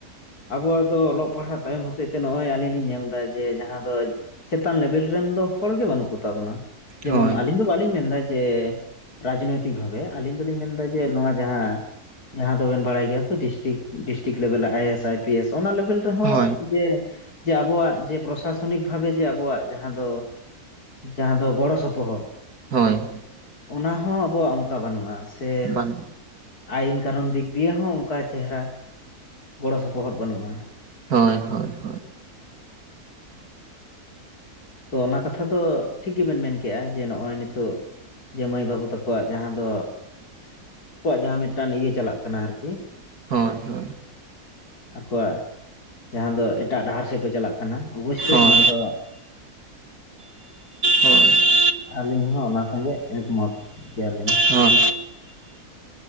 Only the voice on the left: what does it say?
ᱟᱵᱚᱣᱟᱜ ᱫᱚ ᱚᱞᱚᱜ ᱯᱟᱲᱦᱟᱜ ᱛᱟᱭᱚᱢ ᱦᱚᱛᱮᱡ ᱛᱮ ᱱᱚᱜᱼᱚᱭ ᱟᱹᱞᱤᱧ ᱞᱤᱧ ᱧᱮᱞ ᱮᱫᱟ ᱡᱮ ᱡᱟᱦᱟᱸ ᱪᱮᱛᱟᱱ ᱞᱮᱵᱮᱞ ᱨᱮᱱ ᱫᱚ ᱦᱚᱲ ᱜᱮ ᱵᱟᱹᱱᱩᱜ ᱠᱚᱛᱟ ᱵᱚᱱᱟ ᱡᱮᱢᱚᱱ
ᱟᱹᱞᱤᱧ ᱫᱚ ᱵᱟᱞᱤᱧ ᱢᱮᱱᱫᱟ ᱡᱮ ᱨᱟᱡᱽᱱᱤᱛᱤᱠ ᱵᱷᱟᱵᱮ ᱟᱹᱞᱤᱧ ᱫᱚᱞᱤᱧ ᱢᱮᱱᱫᱟ ᱡᱮ ᱱᱚᱣᱟ ᱡᱟᱦᱟᱸ ᱡᱟᱦᱟᱸ ᱫᱚᱵᱮᱱ ᱵᱟᱲᱟᱭ ᱜᱮᱭᱟ ᱛᱚ ᱰᱤᱥᱴᱤᱠ ᱰᱤᱥᱴᱤᱠ ᱞᱮᱵᱮᱞ I A S I P S ᱚᱱᱟ ᱞᱮᱵᱮᱞ ᱦᱚᱸ
ᱡᱮ ᱡᱮ ᱟᱵᱚᱣᱟᱜ ᱡᱮ ᱯᱨᱚᱥᱟᱥ ᱥᱷᱚᱱᱤᱠ ᱵᱷᱟᱵᱮ ᱡᱮ ᱟᱵᱚᱣᱟᱜ ᱡᱟᱦᱟᱸ ᱫᱚ ᱡᱟᱦᱟᱸ ᱫᱚ ᱜᱚᱲᱚ ᱥᱚᱯᱚᱦᱚᱫ
ᱚᱱᱟ ᱦᱚᱸ ᱟᱵᱚᱣᱟᱜ ᱚᱱᱠᱟ ᱵᱟᱹᱱᱩᱜᱼᱟ ᱥᱮ
ᱟᱭᱤᱱ ᱠᱟᱨᱚᱱ ᱫᱤᱠ ᱫᱤᱭᱮ ᱦᱚᱸ ᱚᱱᱠᱟ ᱪᱮᱦᱨᱟ ᱜᱚᱲᱚ ᱥᱚᱯᱚᱦᱚᱫ ᱵᱟᱹᱱᱩᱜᱼᱟ ᱾
ᱛᱚ ᱚᱱᱟ ᱠᱟᱛᱷᱟ ᱫᱚ ᱴᱷᱤᱠ ᱜᱮᱵᱮᱱ ᱢᱮᱱ ᱠᱮᱜᱼᱟ ᱡᱮ ᱱᱚᱜᱼᱚᱭ ᱱᱤᱛᱚᱜ ᱡᱮ ᱢᱟᱹᱭ ᱵᱟᱹᱵᱩ ᱛᱟᱠᱚᱣᱟᱜ ᱡᱟᱦᱟᱸ ᱫᱚ ᱟᱠᱣᱟᱜ ᱡᱟᱦᱟᱸ ᱢᱤᱫᱴᱟᱱ ᱤᱭᱟᱹ ᱪᱟᱞᱟᱜ ᱠᱟᱱᱟ ᱟᱨᱠᱤ᱾
ᱟᱠᱚᱣᱟᱜ ᱡᱟᱦᱟᱸ ᱫᱚ ᱮᱴᱟᱜ ᱰᱟᱦᱟᱨ ᱥᱮᱡ ᱠᱚ ᱪᱟᱞᱟᱜ ᱠᱟᱱᱟ᱾ ᱠᱟᱱᱟ ᱚᱵᱚᱥᱥᱳᱭ
ᱱᱚᱣᱟ ᱫᱚ
ᱟᱹᱞᱤᱧ ᱦᱚᱸ ᱚᱱᱟ ᱥᱚᱸᱜᱮ ᱮᱠ ᱢᱚᱛ ᱜᱮᱭᱟᱞᱤᱧ᱾